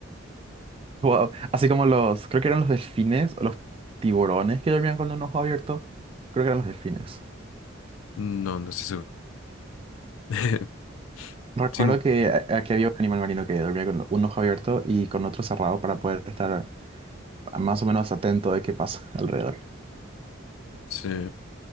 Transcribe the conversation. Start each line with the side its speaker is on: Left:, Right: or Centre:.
Right: Wow. Así como los, creo que eran los delfines o los tiburones que dormían con un ojo abierto. Creo que eran los delfines.
Left: No, no estoy seguro. <laughs>
Right: Recuerdo
Left: Sin-
Right: que a- aquí había un animal marino que dormía con un ojo abierto y con otro cerrado para poder estar más o menos atento de qué pasa <laughs> alrededor.
Left: sí.